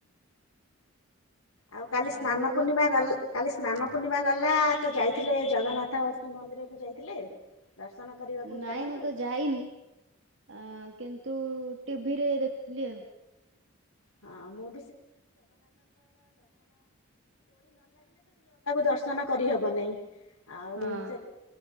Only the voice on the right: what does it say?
ଆଉ
ନାଇଁ
ମୁଁ ତ ଯାଇନି ଅ କିନ୍ତୁ ଟିଭି ରେ ଦେଖୁଥିଲି ଆଉ।
ହଁ